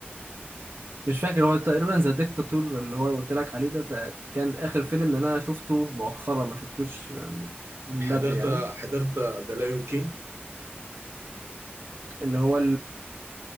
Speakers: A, on the right; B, on the right.
A: مش فاكر هو تقريبا ذا ديكتاتور اللي هو قلت لك عليه ده تق- كان اخر فيلم اللي انا شفته مؤخرا ما شفتوش آه، من
B: حضرت
A: بدري يعني
B: حضرت ذا لايون كينج
A: اللي هو